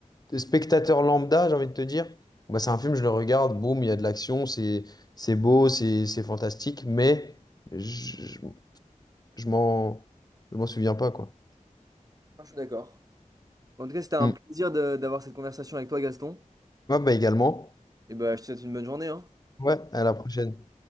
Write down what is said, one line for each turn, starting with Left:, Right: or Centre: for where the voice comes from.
Left: spectateur lambda, j'ai envie de te dire, bah, c'est un film, je le regarde, boum, il y a de l'action, c'est, c'est beau, c'est, c'est fantastique, mais je, je, je m'en, je m'en souviens pas, quoi.
Right: Moi, Je suis d'accord. En tout cas, c'était un
Left: Mm.
Right: plaisir de- d'avoir cette conversation avec toi, Gaston.
Left: Ouais, bah, également.
Right: Et bah, je te souhaite une bonne journée, hein.
Left: Ouais, à la prochaine.